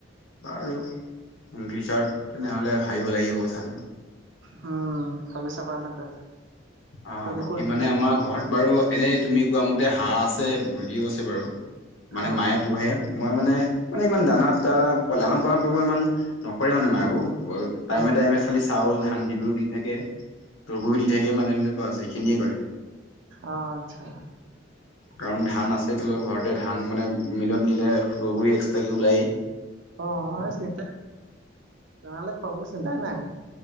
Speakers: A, on the left; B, on the right.
A: বাৰু ইন ফিউচাৰত তেনেহলে ভাবিব লাগিব কথাটো।
B: উম ভবি চাবা তেন্তে।
A: অ'
B: যদি
A: বাকী
B: কৰিম
A: মানে
B: বুলি
A: আমাৰ ঘৰত বাৰু এনেই তুমি কোৱা মতে হাঁহ আছে মুৰ্গীও আছে বাৰু, মানে
B: অ
A: মায়ে পোহে মই মানে মানে ইমান দানা দা লালন পালন কৰিব ইমান নক কৰে মানে মায়ো টাইমে
B: অ
A: টাইমে খালি চাউল ধান দিবোৰো দি থাকে, তৰ্কুও দি থাকে মাজে বাছ এইখিনিয়ে কৰে।
B: অ' আচ্ছা।
A: কাৰণ ধান আছে তলোকৰ ঘৰত ততে ধান মানে মিলত নিলেু টোগুৰি এক্সট্ৰাক ওলাইয়ে।
B: অ' এ চন্তাই তেনেহলে খোৱা বলে চিন্তাই নাই।